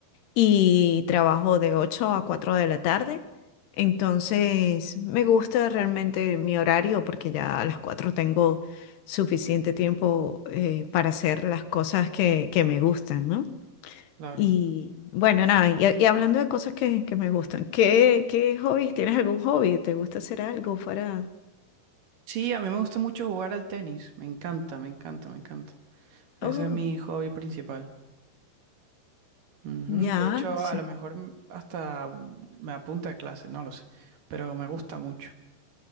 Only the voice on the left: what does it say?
y trabajo de 8 a 4 de la tarde. Entonces, me gusta realmente mi horario porque ya a las 4 tengo suficiente tiempo eh, para hacer las cosas que, que me gustan, ¿no?
Y bueno, nada, y, y hablando de cosas que, que me gustan, ¿qué, qué hobbies? ¿Tienes algún hobby? ¿Te gusta hacer algo fuera?
Oh,
ya,
sí,